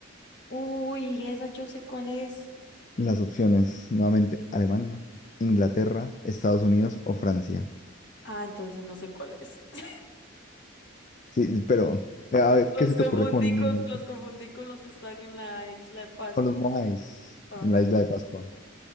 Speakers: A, on the left (about 55°); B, on the left (about 35°).
A: Uy, esa yo sé cuál es.
B: Las opciones, nuevamente, Alemania, Inglaterra, Estados Unidos o Francia.
A: Ah, entonces no sé cuál es. <laughs>
B: Sí, pero eh, a ver,
A: Los
B: ¿qué se te
A: confundí
B: ocurre con el monumento?
A: con, los confundí con los que están en la isla de Pascua.
B: Con los Moais
A: creo que es. Ajá.
B: en la isla de Pascua.